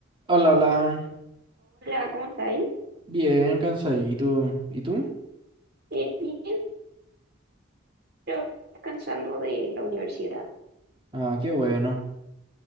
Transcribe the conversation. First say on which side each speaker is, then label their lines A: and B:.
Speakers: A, on the right (about 25°); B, on the right (about 55°).
A: Hola, hola.
B: Hola, ¿cómo estáis?
A: Bien, cansadito. ¿Y tú?
B: Eh, bien, pero descansando de la universidad.
A: Ah, qué bueno.